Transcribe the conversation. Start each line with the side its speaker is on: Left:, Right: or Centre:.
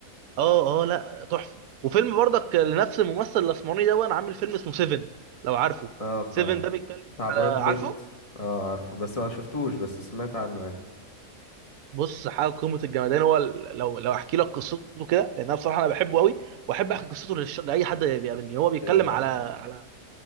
Right: اه اه لا تحفه وفيلم برضك لنفس الممثل الاسمراني ده وانا عامل فيلم اسمه سيفن لو عارفه
Left: اه بتاع
Right: سيفن ده بيتكلم
Left: بتاع براد
Right: على عارفه
Left: بيت اه عارفه بس ما شفتوش بس سمعت عنه يعني
Right: بص حاجه قمه الجمدان هو ال- لو لو احكي لك قصته كده لان انا بصراحه انا بحبه قوي واحب احكي قصته للش... لاي حد بيقابلني هو بيتكلم
Left: آه،
Right: على على